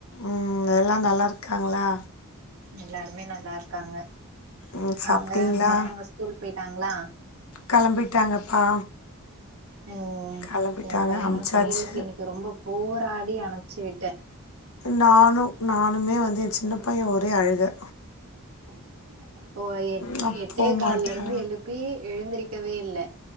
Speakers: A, on the left (about 70°); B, on the right (about 70°).
A: ம் எல்லா நல்லா இரு க்காங்களா
B: எல்லாருமே நல்லா இருக்காங்க
A: ம் சாப்ட்டீங்களா
B: அங்க பசங்க ஸ்கூல் போயிட்டாங்களா
A: கெளம்பிட்டாங்கப்பா
B: ம்
A: கெளம்பிட்டாங்க
B: என் பையனும்
A: அம்ச்சாச்சு
B: ஸ்கூலுக்கு இன்னைக்கு ரொம்ப போராடி அனுப் அமுச்சு விட்டேன்
A: நானும் நானுமே வந்து என் சின்ன பையன் ஒரே அழுக
B: <inaudible> ஓ எட்
A: நா
B: எட்டே
A: போமாட்டே
B: கால்ல இருந்து எழுப்பி எழுந்திருக்கவே இல்லை